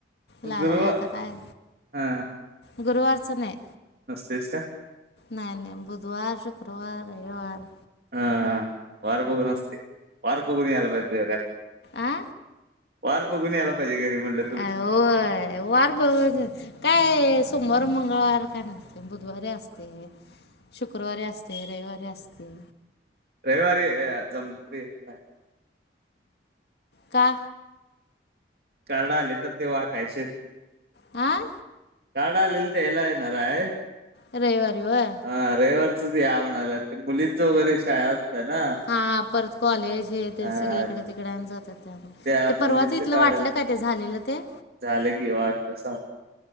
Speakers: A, on the left; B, on the right.
A: लागलंय
B: गुरुवार
A: आता काय
B: हा
A: गुरुवारचा नाय.
B: नसतयच काय?
A: नाय नाय बुधवार शुक्रवार रविवार
B: हा हा वार बगुण असते वार बघून यायला पाहिजे तुझ्या घरला.
A: आ
B: वार बघून यायला पाहिजे घरी म्हटलं तुमच्या
A: अ होय वार बघ काय सोमवार मंगळवार काय नसतंय बुधवारी असतंय. शुक्रवारी असतय रविवारी असतय.
B: रविवारी जमलत म्ह <unintelligible>
A: का?
B: कार्ड आलेत तर ते वाटायचेयत.
A: आं?
B: कार्ड आलेले द्यायला येणार हाय.
A: रविवारी होय?
B: हा रविवारचच या म्हणाल्यात ते मुलींचं वगैरे शाळा असत्या ना
A: हा परत कॉलेज हे ते
B: अ
A: सगळे इकड तिकडन जातात त्यामुळ
B: त्या
A: ते
B: मुलींच
A: परवाचं इथलं
B: काढायसाठी
A: वाटलं काय ते झालेलं ते?
B: झालं की ओवाटसां <unintelligible>